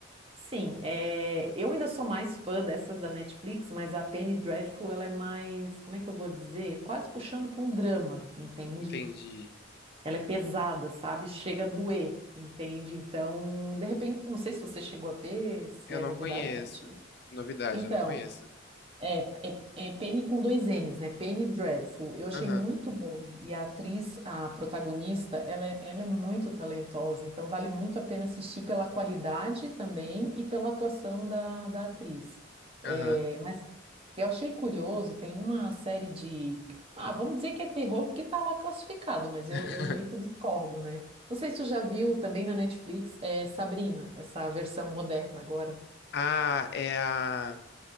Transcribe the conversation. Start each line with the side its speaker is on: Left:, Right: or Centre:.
Right: Sim, é, eu ainda sou mais fã dessas da Netflix, mas a Penny Dreadful ela é mais, como é que eu vou dizer? Quase puxando para um drama, entende?
Left: Entendi.
Right: Ela é pesada, sabe? Chega a doer, entende? Então, de repente, não sei se você chegou a ver, se
Left: Eu
Right: é
Left: não
Right: novidade
Left: conheço.
Right: para ti.
Left: Novidade,
Right: Então,
Left: eu não conheço.
Right: É, é, é Penny com dois N's, né? Penny Dreadful. Eu achei
Left: Aham,
Right: muito bom. E a atriz, a protagonista, ela é, ela é muito talentosa. Então, vale muito a pena assistir pela qualidade também e pela atuação da, da atriz. É,
Left: aham.
Right: mas eu achei curioso, tem uma série de. Ah, vamos dizer que é terror porque está lá classificado, mas
Left: <laughs>
Right: eu, eu meio que discordo, né? Não sei se você já viu também na Netflix, é Sabrina, essa versão moderna agora.
Left: Ah, é a.